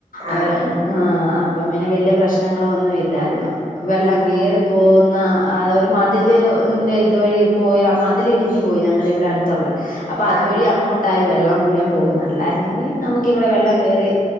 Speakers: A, on the right; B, on the left.
A: ആണോ
B: അവര ആഹ് അപ്പം പിന്നെ വല്യ പ്രശ്നങ്ങളും ഒന്നും ഇല്ലാരുന്നു വെള്ളം
A: ഉം
B: കേറിയപ്പോ പോകുന്ന ആഹ് ഒരു മതില്ൻ്റെ ഇതുവഴി പോയി ആഹ് മതിൽ ഇടിഞ്ഞു പോയി ഞങ്ങടെ ഇവിടെ അടുത്തൊള്ളെ അപ്പൊ അതുവഴി
A: ആണോ
B: അങ്ങോ ത്തായി വെള്ളം മുഴുവൻ പോകുന്ന് അല്ലാരുന്നെങ്കി നമുക്കിവിടെ വെള്ളം കയറി